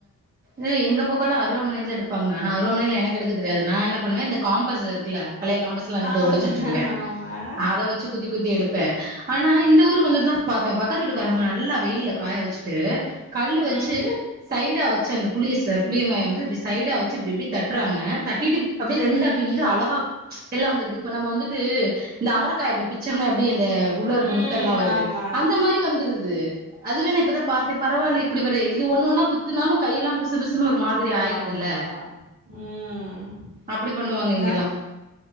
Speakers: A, on the right (about 30°); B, on the right (about 45°).
A: அ எங்க பக்கம்லா அருவாமனைல தா எடுப்பாங்கனா ஆனா அருவாமனையில எனக்கு எடுக்க தெரியாது நா என்ன பண்ணுவே இந்த காம்பஸ் இருக்குல பழைய காம்பஸ் அங்க
B: ஆமா
A: ஒடச்சி வச்சுகுவே
B: ஆமா
A: அத வச் சு குத்தி குத்தி எடுப்பே ஆனா இந்த ஊருக்கு வந்துட்டு தா பாத்தே பக்கத்து ஊட்டு காரங்க நல்லா வெயில்ல காய வச்சு ட்டு கல்லு வச்சு
B: ம்
A: சைடா வச்சு அந் புளிய ச புளியங்காய வந்து இப்டி சைடா வச்சு இப்டி இப்டி தட்டுறாங்க தட்டிட்டு அப்டியே ரெண்டா
B: ம்
A: இது அழகா எல்லா வந்துருது இப்ப நம்ம வந்துட்டு இந்த அவரக்காய அப்டி பிச்சம்னா எப்டி அந்த உள்ள இருக்கு
B: ம்
A: முத்தெல்லா வருது
B: ஆமா
A: அந்த மாறி வந்துருது அதுவே நா இப்பதா பாத்து பரவால்ல இப்டி வேற இது ஒன்னு ஒன்னா குத்துனாலு கையெல்லா பிசு பிசுனு ஒரு மா திரி ஆயிருதுல்ல
B: ஆமா ஆமா ம்
A: அப்டி பண்ணுவாங்க இங்கெல்லா
B: நா